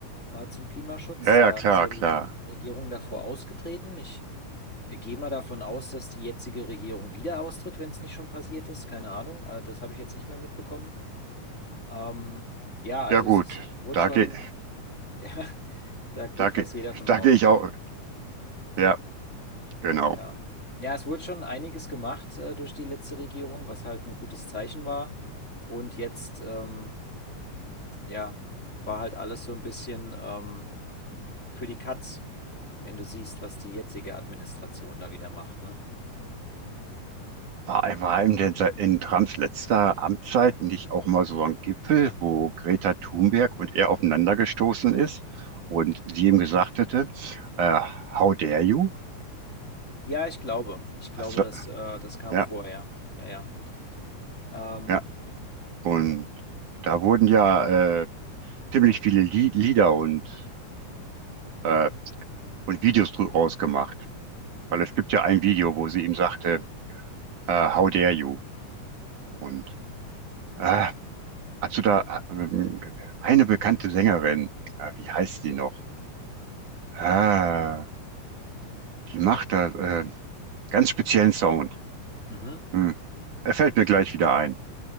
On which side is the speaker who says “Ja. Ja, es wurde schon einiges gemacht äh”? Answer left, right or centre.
Left